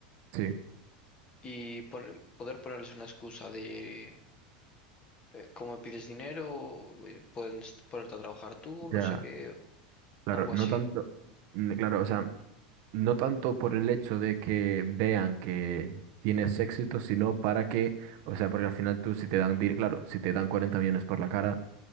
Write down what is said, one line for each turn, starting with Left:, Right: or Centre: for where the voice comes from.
Right: sí,
Left: y pon- poder ponerles una excusa de eh, cómo me pides dinero, Eh, pueden s- ponerte a trabajar tú, no
Right: ya,
Left: sé qué, o
Right: claro,
Left: algo
Right: no
Left: así.
Right: tanto, mm, claro, o sea... No tanto por el hecho de que vean que tienes éxito, sino para que, o sea, porque al final tú si te dan, di- claro, si te dan 40 millones por la cara,